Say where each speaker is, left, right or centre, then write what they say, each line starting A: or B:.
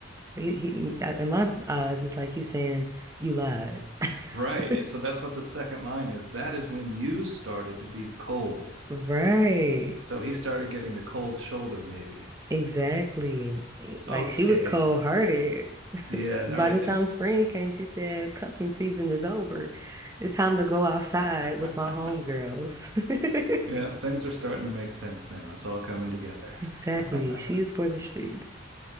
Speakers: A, on the right; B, on the right.
A: He, he, in my eyes, it's like he's saying, you lied. <laughs>
B: right. It- so that's what the second line is. That is when you started to be cold.
A: Right.
B: So he started getting the cold shoulder, maybe.
A: Exactly. Like,
B: Okay.
A: she was cold-hearted.
B: Yeah.
A: By
B: All right.
A: the
B: Thanks.
A: time spring came, she said, cuffing season is over. It's time to go outside with
B: <laughs>
A: my homegirls. <laughs>
B: Yeah, things are starting to make sense now. It's all coming together.
A: Exactly.
B: <laughs>
A: She is for the streets.